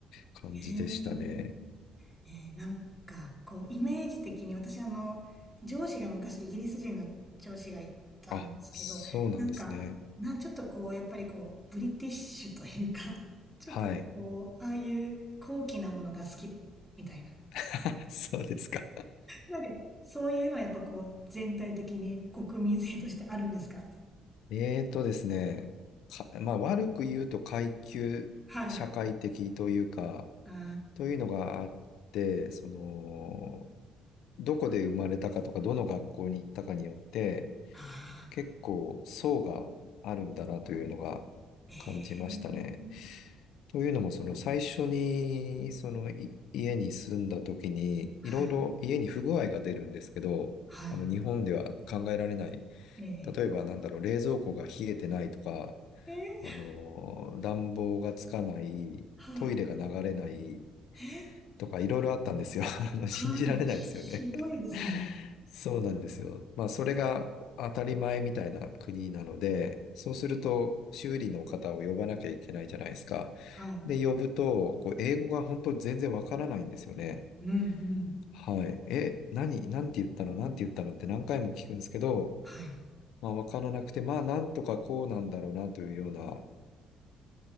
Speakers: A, on the left; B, in the centre.
A: 感じでしたね。
B: えーえーなんか、こう、イメージ的に、私あの、上司が昔イギリス人の上司がいたんですけど、
A: あ、そうなんですね。
B: なんか、なん、ちょっとこう、やっぱりこう、ブリティッシュというか、ちょっとこう、
A: はい。
B: ああいう高貴なものが好きみたいな。
A: <laughs> そうですか。
B: なんか、そういうのはやっぱこう、全体的に国民性としてあるんですか
A: <laughs> えーとですね、か、まあ悪く言うと階級社会的というか、
B: はい。あー
A: というのがあって、その、どこで生まれたかとか、どの学校に行ったかによって、
B: あ
A: 結構層があるんだなというのが
B: ー、ええ
A: 感じましたね。というのも、その最初に、そのい家に住んだ時に、
B: はい、
A: いろいろ家に不具合が出るんですけど、
B: は
A: あの日本では考えられない。
B: い、え
A: 例えば、なんだろう、冷蔵庫が冷えてないとか、
B: ええー
A: あの、暖房がつかない、
B: はい、
A: トイレが流れない、
B: えー
A: とかいろいろあったんですよ。<laughs> あの、信じられないですよね。
B: はい、ひ、ひどいですね。
A: <laughs> そうなんですよ。まあ、それが当たり前みたいな国なので、そうすると修理の方を呼ばなきゃいけないじゃないですか。
B: はい、
A: で、呼ぶと、こう、英語が本当全然わからないんですよね。
B: うん、うん、
A: はい。え、何なんて言ったのなんて言ったのって何回も聞くんですけど、
B: はい、
A: まあ、わからなくて、まあ、なんとかこうなんだろうなというような